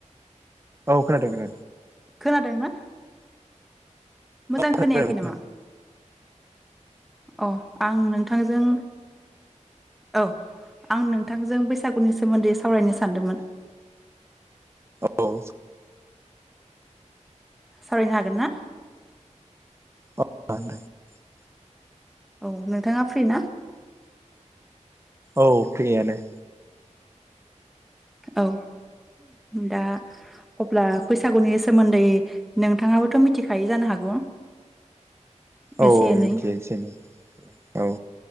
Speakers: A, on the right; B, in the centre.
A: औ खोनादों <unintelligible>
B: खोनादोंना। मोजां
A: खोनादों
B: खोनायाखै नामा? अ आं नोंथांजों औ आं नोंथांजों बैसागुनि सोमोन्दै सावरायनो सानदोंमोन।
A: औ
B: सावरायनो हागोन ना?
A: <unintelligible>
B: औ नोंथाङा फ्रि ना?
A: औ फ्रियानो
B: औ दा अब्ला बैसागुनि सोमोन्दै नोंथाङाबोथ मिथिखायो जानो हागौ।
A: औ-औ
B: एसे एनै
A: मिथियो एसे एनै औ।